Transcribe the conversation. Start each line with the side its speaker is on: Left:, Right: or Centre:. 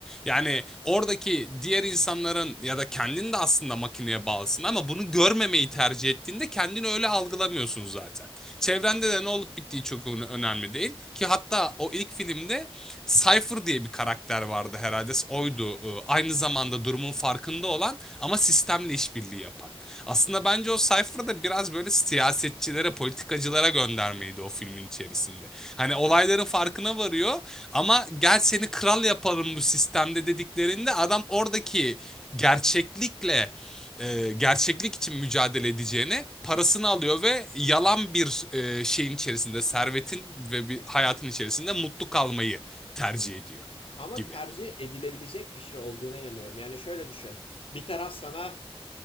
Centre: Yani oradaki diğer insanların ya da kendin de aslında makineye bağlısın ama bunu görmemeyi tercih ettiğinde kendini öyle algılamıyorsun zaten. Çevrende de ne olup bittiği çok önemli değil ki hatta o ilk filmde Cypher diye bir karakter vardı herhalde oydu. Ee, Aynı zamanda durumun farkında olan ama sistemle işbirliği yapan. Aslında bence o Cypher biraz böyle siyasetçilere, politikacılara göndermeydi o filmin içerisinde. Hani olayların farkına varıyor ama gel seni kral yaparım bu sistemde dediklerinde adam oradaki gerçeklikle e, gerçeklik için mücadele edeceğine parasını alıyor ve yalan bir e, şeyin içerisinde servetin ve bir hayatın içerisinde mutlu kalmayı tercih ediyor
Left: Ama
Centre: gibi.
Left: tercih edilebilecek bir şey olduğuna inanıyorum. Yani şöyle düşün. Bir taraf sana